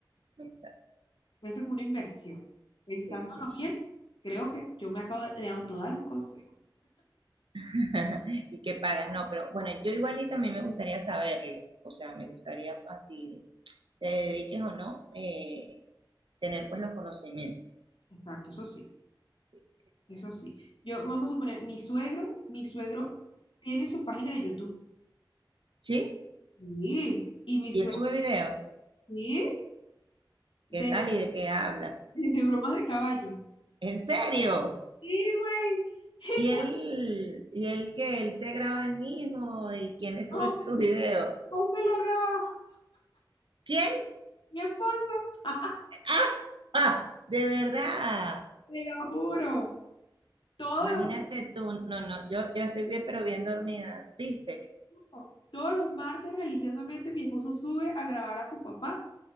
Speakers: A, on the right; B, on the left.
A: exacto.
B: Puede ser como una inversión. Pensándolo
A: Sí, sí.
B: bien, creo que yo me acabo de, de autodar un consejo.
A: <laughs> ¿Y qué pagas? No, pero bueno, yo igualito a mí me gustaría saberlo. O sea, me gustaría así, te dediques o no, eh, tener pues los conocimientos.
B: Exacto, eso sí,
A: Sí, sí.
B: eso sí. Yo, vamos a suponer, mi suegro, mi suegro tiene su página de YouTube.
A: ¿Sí?
B: Sí, y mi
A: Y
B: suegro,
A: él sube videos.
B: sí, de,
A: ¿Qué tal y de qué habla?
B: <laughs> de bromas de caballo.
A: ¿En serio?
B: Sí, güey. <laughs>
A: ¿Y él,
B: Y
A: y él que él se graba él mismo? ¿Y quién le sube
B: tampoco
A: sus videos?
B: no se lo graba
A: ¿Quién?
B: mi esposo. <laughs>
A: ¡Ah! ah, De verdad.
B: Te lo juro. Todos
A: Imagínate
B: los,
A: tú, no, no, yo, yo estoy bien, pero bien dormida, ¿viste?
B: no, todos los martes religiosamente mi esposo sube a grabar a su papá,